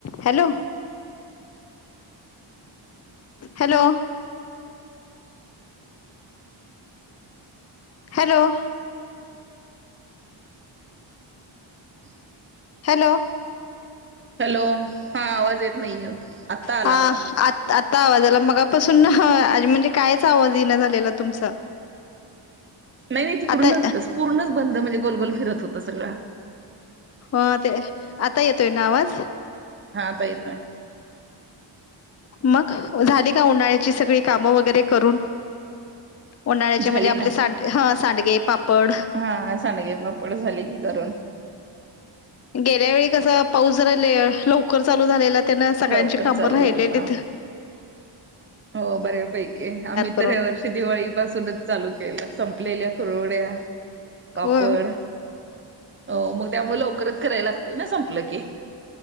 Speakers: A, on the left; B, on the right.
A: Hello. Hello. Hello.
B: <inaudible>
A: Hello.
B: Hello, हा आवाज येत नाही ए, आत्ता आला
A: हा
B: बघा.
A: आ आता आवाज आला मगापासून ना म्हणजे कायच आवाज येईना झालेला तुमचा.
B: नाही नाही तिकडूनच
A: आता
B: क पूर्णच बंद म्हणजे गोलगोल फिरत होत सगळं.
A: हा ते, आता येतोय ना आवाज?
B: हा आता येतोय
A: मग झाली का उन्हाळ्याची सगळी कामं वगैरे करून? उन्हाळ्याचे
B: झाली
A: म्हणजे आपले
B: ना
A: साड ह सांडगे पापड
B: हा सांडगे, पापड झाले की करून.
A: गेल्या वेळी कसं पाऊस जरा ले लवकर चालू झालेला त्यानं सगळ्यांची
B: लवकर
A: कामं
B: चालू
A: राहिलेलीत.
B: झालता हो बऱ्यापैकी, आम्ही
A: करून
B: तर ह्या वर्षी दिवाळी पासूनच चालू के केलं, संपलेल्या कुरवड्या. पापड
A: हो
B: अ मग त्यामुळं लवकरच करायला लागतंय ना संपलं की.